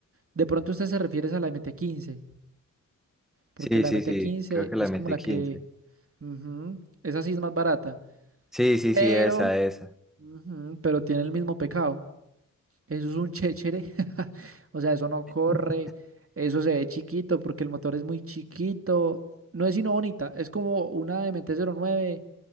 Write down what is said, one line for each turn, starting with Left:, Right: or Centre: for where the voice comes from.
Right: De pronto usted se refiere a la MT-15, porque
Centre: Sí,
Right: la
Centre: sí,
Right: MT-15
Centre: sí, creo que la
Right: es
Centre: M
Right: como
Centre: T
Right: la
Centre: quince.
Right: que... ujú, esa sí es más barata,
Centre: Sí, sí,
Right: pero...
Centre: sí, esa, esa.
Right: Ujú, pero tiene el mismo pecado. Eso es un chéchere. <laughs> O sea, eso no corre.
Centre: <laughs>
Right: Eso se ve chiquito porque el motor es muy chiquito. No es sino bonita. Es como una MT-09